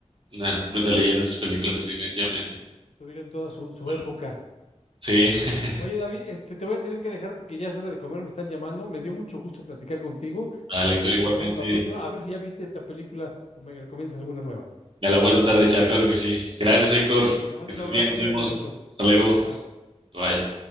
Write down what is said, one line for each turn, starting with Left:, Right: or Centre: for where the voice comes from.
Right: Una completa leyenda esas películas, sí, definitivamente.
Left: Tuvieron toda su, su
Right: Bueno,
Left: época.
Right: sí, <laughs>
Left: Oye, David, este, te voy a tener que dejar porque ya es hora de comer, me están llamando. Me dio mucho gusto platicar contigo
Right: al
Left: y espero
Right: Héctor igualmente.
Left: que nos veamos la próxima. A ver si ya viste esta película o me recomiendas alguna nueva.
Right: Ya la voy a tratar de echar, claro que sí. Gracias, Héctor.
Left: Bueno,
Right: Que
Left: te mando
Right: estés
Left: un abrazo,
Right: bien, nos
Left: cuídate
Right: vemos.
Left: mucho.
Right: Hasta luego.
Left: Bye.
Right: Bye.